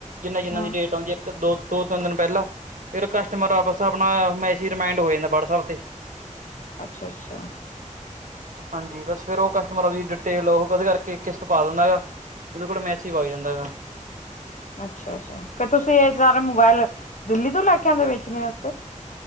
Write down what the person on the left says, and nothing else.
ਹਾਂ
ਅੱਛਾ ਅੱਛਾ।
ਅੱਛਾ ਅੱਛਾ ਫੇਰ ਤੁਸੀਂ ਇਹ ਸਾਰੇ ਮੋਬਾਇਲ ਦਿੱਲੀ ਤੋਂ ਲੈ ਕੇ ਆਉਂਦੇ ਵੇਚਣੇ ਵਾਸਤੇ? ਤੇ।